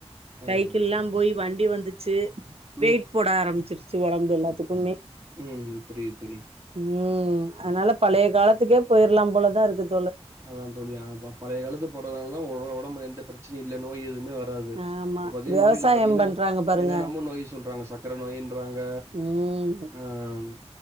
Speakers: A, on the right (about 25°); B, on the right (about 70°).
A: அதா
B: சைக்கில்லாம்
A: அதா
B: போய் வண்டி வந்துச் ச்சி
A: ம்
B: வெயிட் போட ஆரம்பச்சிரு ச்சு உடம்பு எல்லத்துக்குமே
A: உம் புரியிது புரியிது
B: உம் அதனால பழைய காலத்துக்கே போயிடலாம் போலதான் இருக்குது
A: அதான் தோழி ஆமா பழைய காலத்து போறதுனாலதான் உடம்பு எந்த பிரச்சனை இல்ல நோய்எதுவுமே வர ராது
B: ஆமா
A: பாத்தீன்ன
B: விவசாயம்
A: நோய்ல பாத்தீங்கன்னா
B: பண்றாங்க பாருங்க
A: என்னென்னமோ நோய் சொல்றாங்க சக்கர நோயின் றாங்க
B: ம்
A: அஹ்